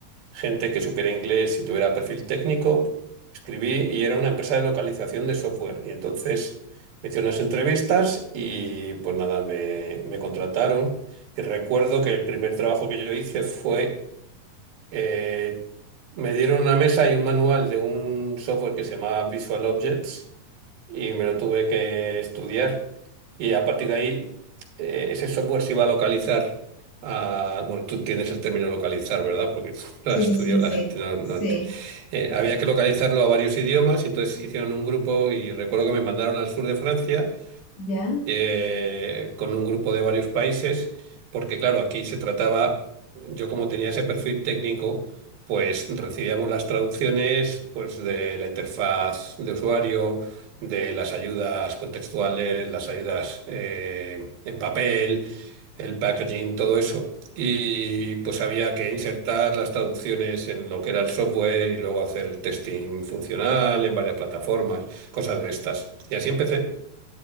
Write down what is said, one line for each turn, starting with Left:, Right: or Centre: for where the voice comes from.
Right: gente que supiera inglés y tuviera perfil técnico. Escribí y era una empresa de localización de software. Y entonces me hice unas entrevistas y pues nada, me, me contrataron. Y recuerdo que el primer trabajo que yo hice fue, eh, me dieron una mesa y un manual de un software que se llamaba Visual Objects y me lo tuve que estudiar. Y a partir de ahí, eh, ese software se iba a localizar a- bueno, tú entiendes el término localizar, ¿verdad? Porque <laughs> tú lo
Left: Sí,
Right: has estudiado,
Left: sí, sí, sí,
Right: la
Left: sí.
Right: gente no, no
Left: Sí,
Right: entiende. Eh, había que localizarlo a varios idiomas, y entonces hicieron un grupo y recuerdo que me mandaron al sur de Francia
Left: ya.
Right: eh, con un grupo de varios países, porque claro, aquí se trataba, yo como tenía ese perfil técnico, pues recibíamos las traducciones pues de la interfaz de usuario, de las ayudas contextuales, las ayudas eh, en papel, el packaging, todo eso. Y pues había que insertar las traducciones en lo que era el software y luego hacer el testing funcional en varias plataformas, cosas de estas. Y así empecé.